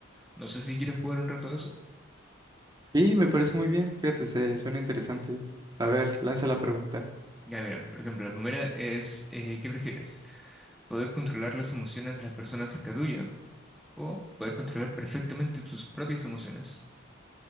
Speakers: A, in the centre; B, on the right.
A: No sé si quieres jugar un rato de eso.
B: Sí, me parece muy bien, fíjate, se suena interesante. A ver, lanza la pregunta.
A: Ya, mira, por ejemplo, la primera es eh, ¿qué prefieres? ¿Poder controlar las emociones de las personas cerca tuya o poder controlar perfectamente tus propias emociones?